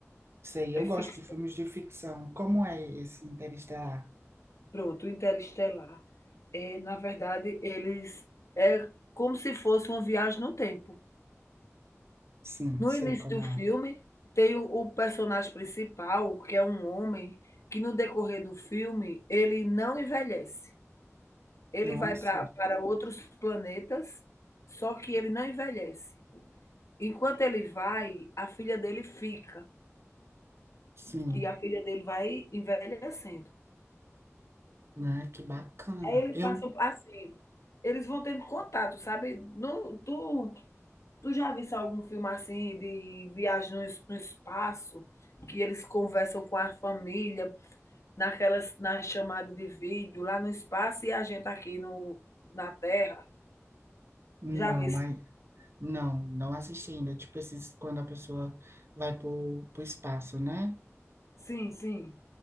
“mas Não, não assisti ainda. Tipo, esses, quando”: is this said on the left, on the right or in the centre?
Right